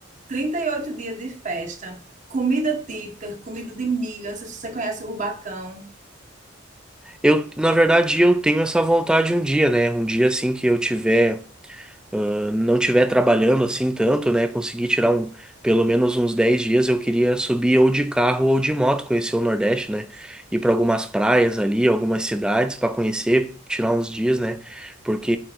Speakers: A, on the right; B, in the centre.
A: 38 dias de festa, comida típica, comida de milho, não sei se você conhece o Rubacão.
B: Eu, na verdade, eu tenho essa vontade um dia, né? Um dia assim que eu tiver, ah, não tiver trabalhando assim tanto, né? Conseguir tirar um, pelo menos uns 10 dias, eu queria subir ou de carro ou de moto, conhecer o Nordeste, né? Ir para algumas praias ali, algumas cidades para conhecer, tirar uns dias, né? Porque